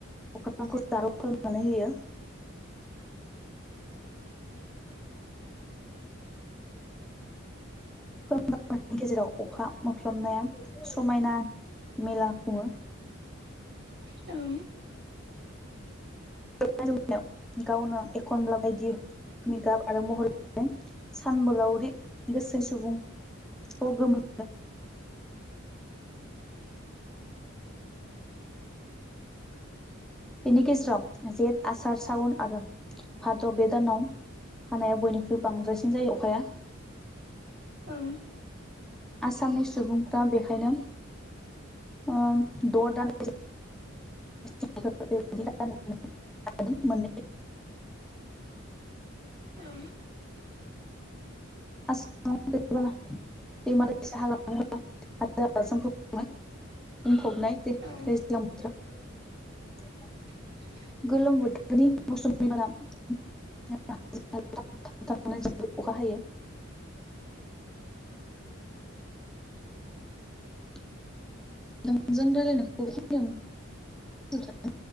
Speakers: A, in the centre; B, on the right.
A: जारौ खालामनानै होयो
B: <inaudible>
A: <unintelligible> अखा मोफ्लाबनाया समायना मेला खुङो
B: औ
A: <unintelligible> गावनो एखनब्ला बायदि नि गाब आरो महर सानबोलावरि गोसो सुबुं <unintelligible>
B: <inaudible>
A: बिनि गेजेराव जेठ, आसार, सावन आरो भाद्र बेदानाव हानाया बयनिख्रुइ बांद्रायसिन जायो अखाया
B: औ
A: आसामनि सुबुंफोरा बेखायनो ओम द' दान <unintelligible> <unintelligible> मोनै
B: औ
A: <unintelligible> बुंफबनाय दे
B: औ
A: दैज्लां बोथोरा
B: <inaudible>
A: गोलोम बोथोरनि मौसुम बारा <unintelligible> अखा हायो <inaudible> <unintelligible>